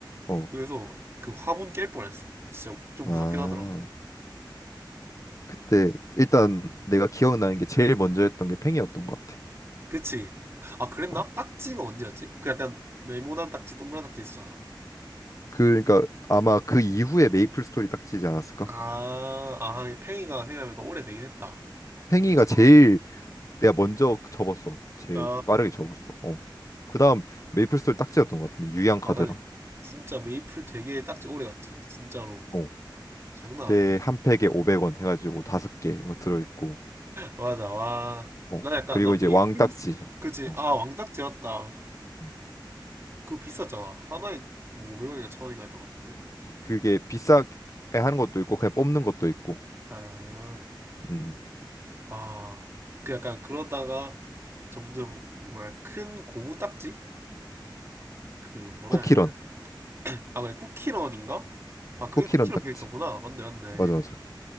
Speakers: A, on the left; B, on the right.
A: 어.
B: 그래서 그 화분 깰 뻔했어. 진짜 좀
A: 아
B: 무섭긴 하더라.
A: 그때 일단 내가 기억나는 게 제일 먼저 했던 게 팽이였던 것 같아.
B: 그치? 아, 그랬나?
A: 어,
B: 딱지가 언제였지? 그 약간 네모난 딱지, 동그란 딱지 있어.
A: 그, 그러니까 아마 그 이후에 메이플 스토리 딱지지 않았을까?
B: 아, 아, 이게 팽이가 생각해보니까 오래되긴 했다.
A: 팽이가
B: 그때 저학년.
A: 제일 내가 먼저 접었어. 제일
B: 아,
A: 빠르게 접었어. 어. 그다음 메이플스토리 딱지였던 것 같은데 유양 카드랑.
B: 아, 근데 진짜 메이플 되게 딱지 오래 갔지. 진짜로.
A: 어.
B: 장난
A: 그때
B: 아니었네.
A: 한 팩에 500원 해가지고 다섯 개 들어 있고.
B: 맞아, 와.
A: 어.
B: 나 약간,
A: 그리고
B: 나 메이플,
A: 이제 왕 딱지.
B: 그치?
A: 어.
B: 아, 왕딱지 맞다.
A: 음.
B: 그거 비쌌잖아. 하나에 뭐 500원인가 1000원인가 했던 것 같은데.
A: 그게 비싸게 하는 것도 있고 그냥 뽑는 것도 있고.
B: 아,
A: 음.
B: 와. 그 약간 그러다가 점점, 뭐야, 큰 고무 딱지? 그, 뭐라
A: 쿠키런.
B: 해야 되냐. 아, 그래, 쿠키런인가? 아, 그게
A: 쿠키런
B: 쿠키런
A: 딱지.
B: 캐릭터구나. 맞네, 맞네.
A: 맞아 맞아.